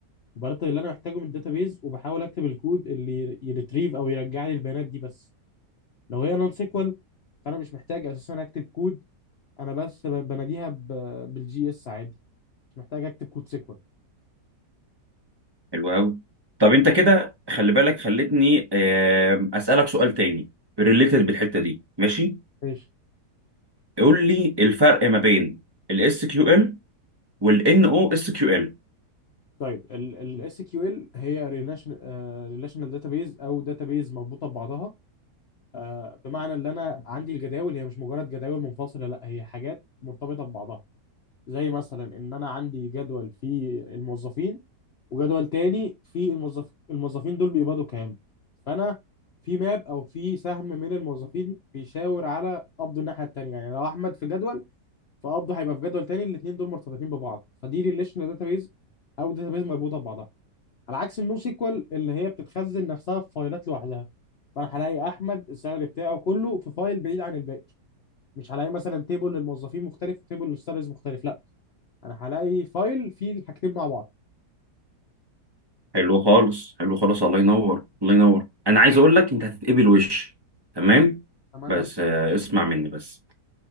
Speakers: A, on the left; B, on the right.
A: وبرتب اللي انا محتاجه من الداتابيز وبحاول اكتب الكود اللي يريتريف او يرجع لي البيانات دي بس لو هي نون سيكوال فانا مش محتاج اساسا اكتب كود انا بس ب- بناديها بالجي اس عادي مش محتاج اكتب كود سيكوال
B: حلو قوي طب انت كده خلي بالك خلتني آه أسألك سؤال تاني ريليتد بالحتة دي ماشي
A: ماشي
B: قول لي الفرق ما بين الاس كيو ال SQL والان او اس كيو ال
A: طيب الاس كيو ال SQL هي ريليشنال داتابيز او داتابيز مربوطه ببعضها آه، بمعنى ان انا عندي الجداول هي مش مجرد جداول منفصله لا هي حاجات مرتبطه ببعضها زي مثلا ان انا عندي جدول في الموظفين وجدول تاني في الموظف الموظفين دول بيقبضوا كام فانا في ماب او في سهم من الموظفين بيشاور على قبضه الناحيه التانيه يعني لو احمد في جدول فقبضه هيبقى في جدول تاني الاثنين دول مرتبطين ببعض فدي ريليشنال داتابيز او داتابيز مربوطه ببعضها على عكس النو سيكوال اللي هي بتتخزن نفسها في فايلات لوحدها فانا هلاقي احمد السالري بتاعه كله في فايل بعيد عن الباقي مش هلاقي مثلا تيبل للموظفين مختلف تيبل للسالاريز مختلف لا انا هلاقي فايل فيه الحاجتين مع بعض
B: حلو خالص حلو خالص الله ينور الله ينور انا عايز اقول لك انت هتتقبل وش تمام
A: اتمنى
B: بس آه، اسمع مني بس